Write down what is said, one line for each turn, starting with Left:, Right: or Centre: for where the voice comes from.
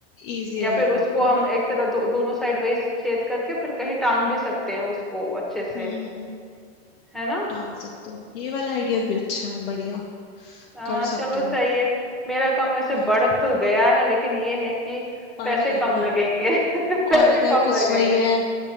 Left: इजी
Centre: या
Left: रहेगा
Centre: फिर उसको
Left: आपको
Centre: हम
Left: ना
Centre: एक तरह दो, दोनों साइड वही छेद करके फिर कहीं टांग भी सकते हैं उसको अच्छे से
Left: हम्म, हम्म,
Centre: है ना
Left: टांग सकते हो ये वाला आइडिया भी अच्छा है बढ़िया
Centre: हाँ
Left: कर सकते
Centre: चलो
Left: हो
Centre: सही है मेरा काम वैसे
Left: है
Centre: बढ़
Left: ना
Centre: तो गया है लेकिन ये है कि
Left: पड़
Centre: पैसे
Left: गया
Centre: कम लगेंगे <laughs> पैसे
Left: और अगर
Centre: कम
Left: कुछ
Centre: लगेंगे
Left: वही है